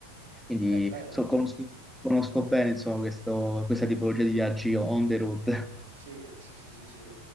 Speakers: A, in the centre; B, on the right.
A: Quindi
B: Eh, bello.
A: so- conosco, conosco bene insomma, questo- questa tipologia di viaggi on the road,
B: Sì, sì, sì, sì, sì.